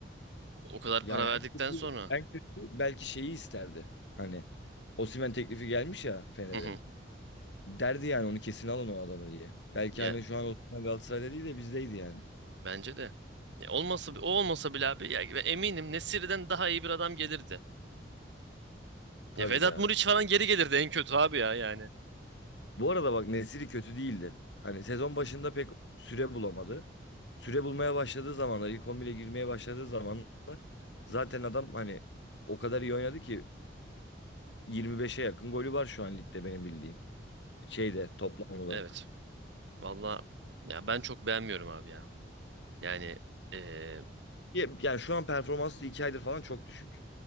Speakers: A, on the right (about 70°); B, on the left (about 70°).
A: O kadar
B: Yani
A: para verdikten sonra.
B: belki belki şeyi isterdi. Hani Osimhen teklifi gelmiş ya Fener'e.
A: Hı hı.
B: Derdi yani onu kesin alın o adamı diye. Belki
A: Ya
B: hani şu an Osimhen Galatasaray'da değil de bizdeydi yani.
A: bence de. Ya olmasa o olmasa bile abi ya ve eminim Nesiri'den daha iyi bir adam gelirdi.
B: Tabii
A: Ya Vedat
B: ya.
A: Muriç falan geri gelirdi en kötü abi ya yani.
B: Bu arada bak Nesiri kötü değildi. Hani sezon başında pek süre bulamadı. Süre bulmaya başladığı zamanlar, ilk 11'e girmeye başladığı zamanlar zaten adam hani o kadar iyi oynadı ki 25'e yakın golü var şu an ligde benim bildiğim. Şeyde toplam olarak.
A: Evet. Valla ya ben çok beğenmiyorum abi ya. Yani eee,
B: Ya- Yani şu an performansı 2 aydır falan çok düşük.